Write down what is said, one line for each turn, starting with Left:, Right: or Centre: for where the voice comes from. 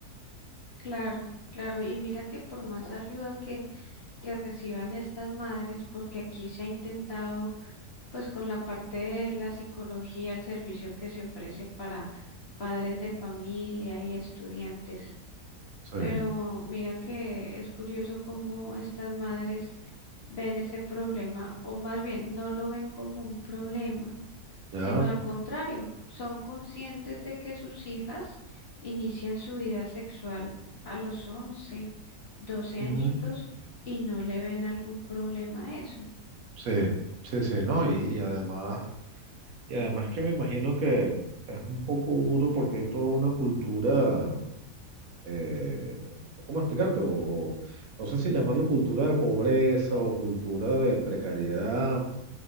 Left: Claro, claro. Y mira que por más ayuda que, que reciban estas madres, porque aquí se ha intentado pues con la parte de la psicología, el servicio que se ofrece para padres de familia y estudiantes.
Right: Sí.
Left: Pero mira que es curioso cómo estas madres ven ese problema, o más bien no lo ven como un problema,
Right: ¿Ya?
Left: sino al contrario, son conscientes de que sus hijas inician su vida sexual a los once doce
Right: Ujú.
Left: añitos y no le ven algún problema a eso,
Right: Sí, sí, sí, ¿no? Y, y además, y además que me imagino que es un poco duro porque hay toda una cultura. eh, no ¿cómo explicarte? O, no sé si llamarlo cultura de pobreza o cultura de precariedad,